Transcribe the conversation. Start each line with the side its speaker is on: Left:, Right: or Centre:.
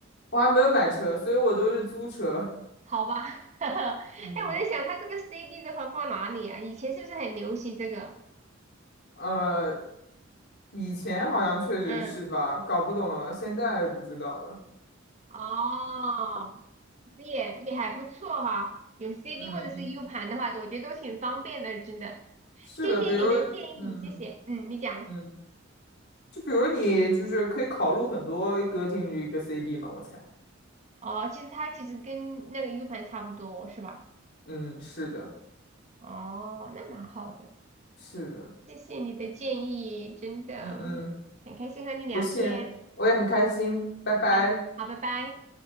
Left: 我还没有买车，所以我都是租车。
Right: 好吧，<laughs> 哎我在想它这个
Left: 嗯，
Right: CD 的话放哪里啊？以前是不是很流行这个？
Left: 呃，以前好像确实是吧，
Right: 嗯。
Left: 搞不懂了，现在不知道了。
Right: 哦，这也也还不错哈，有 CD
Left: 嗯嗯
Right: 或者是 U 盘的话，我觉得都挺方便的，真的。
Left: 是的，
Right: 谢谢你的建议，
Left: 比如，嗯嗯
Right: 谢谢。嗯，你讲。
Left: 嗯，就比如你就是可以考录很多歌进入一个 CD 嘛，我猜。
Right: 哦，其实它其实跟那个 U 盘差不多，是吧？
Left: 嗯，是的，
Right: 哦，那蛮好的，
Left: 是的，
Right: 谢谢你的建议，真的
Left: 嗯嗯，
Right: 很开心和你聊天。
Left: 不信，我也很开心，拜拜。
Right: 好，好，拜拜。